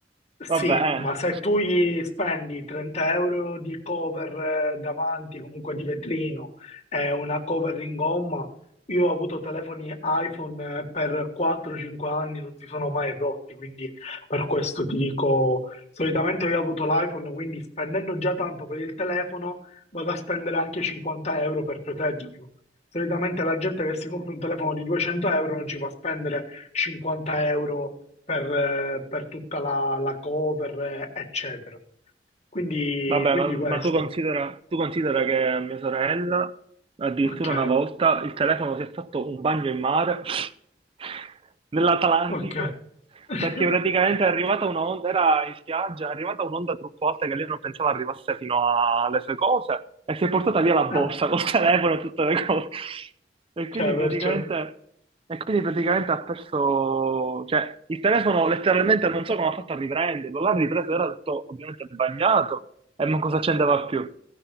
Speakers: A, on the left (about 35°); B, on the right (about 30°).
A: Sì,
B: Vabbè,
A: ma
B: eh.
A: se tu gli spendi 30 euro di cover eh, davanti, comunque di vetrino, e una cover in gomma, io ho avuto telefoni iPhone eh, per 4-5 anni, non si sono mai rotti, quindi per questo ti dico, solitamente io ho avuto l'iPhone, quindi spendendo già tanto per il telefono, vado a spendere anche 50 euro per proteggerlo. Solitamente la gente che si compra un telefono di 200 euro non ci va a spendere 50 euro per, eh, per tutta la, la cover, eh, eccetera. Quindi,
B: Vabbè,
A: quindi
B: ma,
A: questo.
B: ma tu considera, tu considera che a mia sorella, addirittura
A: Ok,
B: una volta, il telefono si è fatto un bagno in mare <laughs> nell'Atlantico,
A: ok. <laughs>
B: perché praticamente è arrivata un'onda, era in spiaggia, è arrivata un'onda troppo alta che lei non pensava arrivasse fino a- alle sue cose e si è portata via la borsa
A: Ah,
B: col <laughs> telefono e tutte le cose. E
A: cioè,
B: quindi
A: perciò.
B: praticamente, e quindi praticamente ha perso, cioè il telefono letteralmente non so come ha fatto a riprenderlo, l'ha ripreso, era tutto ovviamente bagnato. E non cosa c'entrava più.